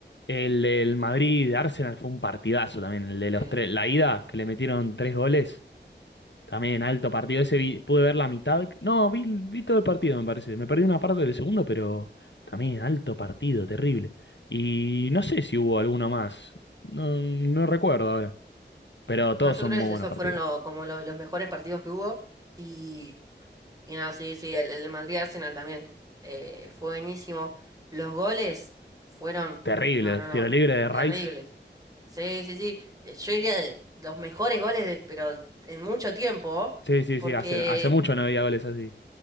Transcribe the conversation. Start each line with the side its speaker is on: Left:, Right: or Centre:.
Left: El del Madrid de Arsenal fue un partidazo también, el de los
Right: Sí.
Left: tres. La ida, que le metieron tres goles, también alto partido. Ese vi- pude ver la mitad. No, vi, vi todo el partido, me parece. Me perdí una parte del segundo, pero también alto partido, terrible. Y no sé si hubo alguno más. No, no recuerdo ahora. Pero
Right: No,
Left: todos
Right: yo
Left: son
Right: creo
Left: muy
Right: que
Left: buenos
Right: esos
Left: partidos.
Right: fueron lo- como lo- los mejores partidos que hubo. Y, y nada, sí, sí, el, el Madrid-Arsenal también eh, fue buenísimo. Los goles fueron,
Left: Terrible,
Right: no, no,
Left: este
Right: no,
Left: tiro libre de
Right: terribles.
Left: Rice.
Right: Sí, sí, sí. eh, Yo diría de los mejores goles, de, pero en mucho tiempo.
Left: Sí, sí,
Right: Porque,
Left: sí, hace, hace mucho no veía goles así.